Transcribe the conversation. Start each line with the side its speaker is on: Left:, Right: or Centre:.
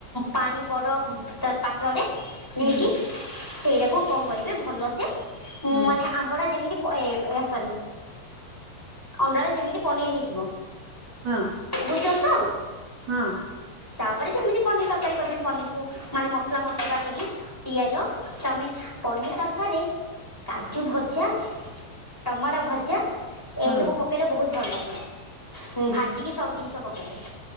Centre: ପାଣି ବଡ ପାତ୍ରରେ। ନେଇକି
Right: ହୁଁ ହୁଁ
Centre: ସେଇଟାକୁ କଣ କରିବେ ଭଲସେ
Right: ହୁଁ
Centre: ମାନେ ଆମ୍ବଡ଼ା ଯେମିତି। ପ ଏ ସରି ଅଣ୍ଡାରେ ଯେମିତି ପନିର ହେଇଯିବ।
Right: ହଁ
Centre: ବୁଝୁଛନ୍ତି ତ
Right: ହଁ।
Centre: ତାପରେ ଯେମିତି ପନିର ତରକାରୀ କରିଦେନ୍ତି ପନିରକୁ ମାନେ ମସଲା ମସଲା ବାଟିକି। ପିଆଜ ତମେ ପନିର ତରକାରୀ। କାଜୁ ଭଜା ଟମାଟୋ ଭଜା ଏଇ
Right: ହଁ
Centre: ସବୁ ପ ପକେଇଲେ ବହୁତ ଭଲ ଲାଗେ ଉଁ ଭାଜିକି ସବୁ ଜିନିଷ ପକେଇ